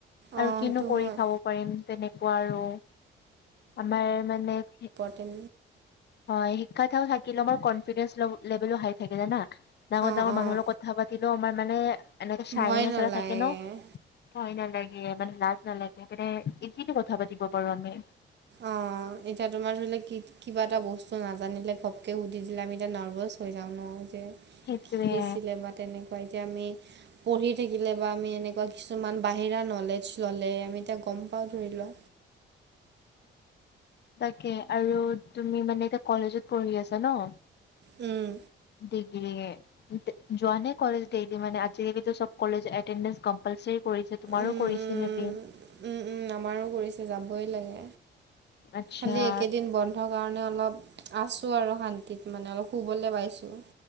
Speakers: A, on the right; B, on the left.
A: অঁ
B: আৰু কিনো
A: সেইটো
B: কৰি
A: হয়
B: খাব পাৰিম তেনেকুৱা আৰু আমাৰ মানে কি-
A: তেন।
B: হয় শিক্ষা ঠাও থাকিলে বাও কনফিডেন্স লে লেভেলো হাই থাকে জানা ডাঙৰ
A: অঁ
B: ডাঙৰ
A: অঁ
B: মানুহৰ লগত কথা পাতিলেও আমাৰ মানে এনেকে চাইনেছ
A: ভয় নালাগে
B: এটা থাকে ন। ভয় নালাগে মানে লাজ নালাগে মানে ইজিকে কথা পাতিব পাৰো আমি।
A: অ এতিয়া তোমাৰ ধৰিলোৱা কি কিবা এটা বস্তু নাজানিলে ঘপকে সুধি দিলে আমি এতিয়া নাৰ্ভাচ। হৈ যাওঁ ন যে
B: সেইটোয়ে
A: কি আছিলে বা তেনেকুৱা এতিয়া আমি। পঢ়ি থাকিলে বা আমি এনেকুৱা কিছুমান বাহিৰা নলেজ ল'লে আমি এতিয়া গম পাওঁ ধৰি লোৱা।
B: তাকে আৰু তুমি মানে এতিয়া কলেজত পঢ়ি আছা ন
A: উম।
B: ডিগ্ৰী এ যোৱা নে কলেজ ডেইলি মানে আজিকালিতো চব কলেজ এটেন্ডেন্ট কম্পালচাৰী কৰিছে তোমাৰো
A: উম,
B: কৰিছে
A: উম,
B: <unintelligible>
A: উম, উম আমাৰো কৰিছে যাবই লাগে
B: আচ্ছা
A: খালি এইকেইদিন বন্ধৰ কাৰণে অলপ আছোঁ আৰু শান্তিত মানে অলপ শুবলে পাইছোঁ